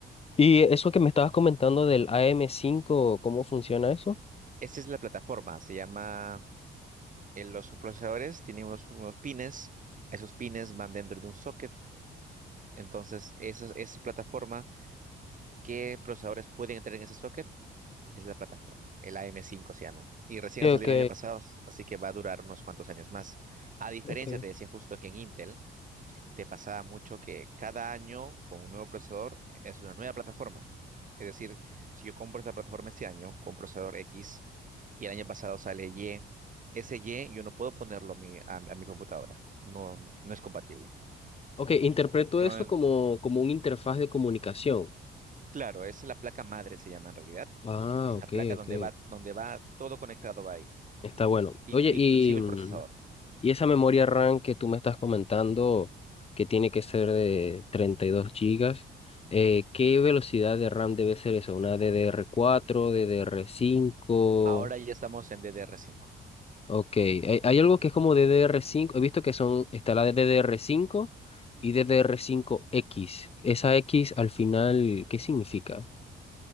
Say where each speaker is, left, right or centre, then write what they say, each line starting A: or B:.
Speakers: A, on the left; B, on the right.
A: ¿Y eso que me estabas comentando del am cinco, cómo funciona eso?
B: Esta es la plataforma, se llama, eh, los procesadores tienen unos, unos pines, esos pines van dentro de un socket, entonces esa, esa plataforma, ¿qué procesadores pueden entrar en ese socket? Es la plataforma, el AM5 se llama. Y recién
A: Ok,
B: ha salido
A: ok,
B: el año pasado, así que va a durar unos cuantos años más. A diferencia,
A: ok.
B: te decía justo que en Intel, te pasaba mucho que cada año con un nuevo procesador es una nueva plataforma. Es decir, si yo compro esta plataforma este año con procesador X y el año pasado sale Y, ese Y yo no puedo ponerlo a mi, a- a mi computadora. No, no es compatible.
A: Ok, interpreto
B: Entonces,
A: eso como, como una interfaz de comunicación.
B: claro, es la placa madre, se llama en realidad.
A: Ah,
B: Es la
A: ok,
B: placa
A: ok.
B: donde va, donde va todo conectado, va ahí.
A: Está bueno.
B: in-
A: Oye,
B: inclusive
A: y, mm,
B: el procesador.
A: y esa memoria RAM que tú me estás comentando, que tiene que ser de 32 gigas, eh, ¿qué velocidad de RAM debe ser eso? ¿Una DDR4, cinco?
B: Ahora ya estamos en DDR5.
A: Ok, hay, hay algo que es como ddr cinco. he visto que son, está la de ddr cinco y ddr cinco x Esa X al final, ¿qué significa?